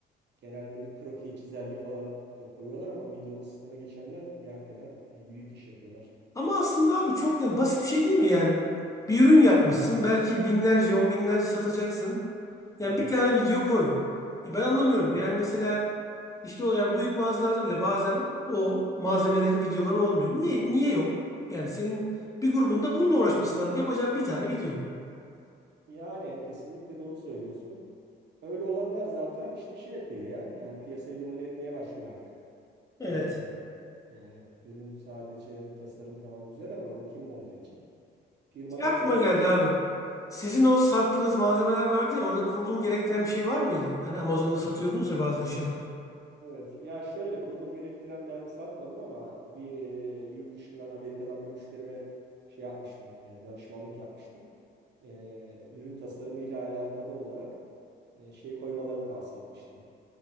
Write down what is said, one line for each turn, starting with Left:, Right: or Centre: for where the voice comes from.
Right: Genelde bir kroki, çizelge falan e, koyuyorlar ama videolu sisteme geçenler e, hakikaten e, büyük iş yapıyorlar.
Left: Ama aslında abi çok yani basit bir şey değil mi yani? Bir ürün yapmışsın belki binlerce on binlerce satacaksın. Yani
Right: Evet,
Left: bir tane video koy. E ben anlamıyorum.
Right: tabii.
Left: Yani mesela işte o yani büyük mağazalarda bile bazen o malzemelerin videoları olmuyor. Niye niye yok? Yani senin bir grubunda bununla uğraşması lazım. Yapacağın bir tane video.
Right: Yani kesinlikle doğru söylüyorsun. Öyle olanlar zaten işte şey yapıyor ya. Yani piyasayı domine etmeye başlıyor artık.
Left: Evet.
Right: Ee, yani ürün sadece tasarım tamam güzel ama bunu kim monte edecek? Firmalar
Left: Şey aklıma
Right: kendileri
Left: geldi
Right: de
Left: abi. Sizin o sattığınız malzemeler vardı ya orada kurulum gerektiren bir şey var mıydı? Hani Amazon'da satıyordunuz ya bazı eşyalar.
Right: Evet. Ya şöyle kurulum gerektiren ben satmadım ama bir e, yurt dışından Amerika'dan bir müşterime şey yapmıştım. e, danışmanlık yapmıştım. E, ürün tasarımı ile alakalı olarak e, şey koymalarını tavsiye etmiştim.